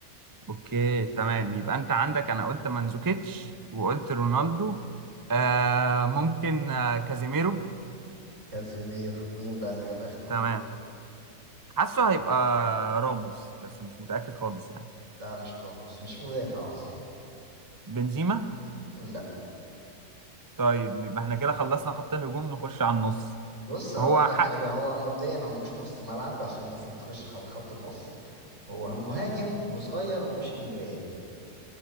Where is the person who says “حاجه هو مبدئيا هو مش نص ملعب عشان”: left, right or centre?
Right